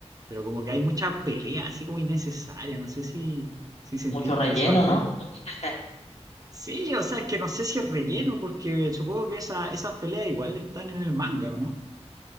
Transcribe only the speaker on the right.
pero como que hay mucha pelea así como innecesaria, no sé si, si sentiste
eso al ver.
Sí, o sea, es que no sé si es relleno, porque supongo que esa, esas peleas igual están en el manga, ¿o no?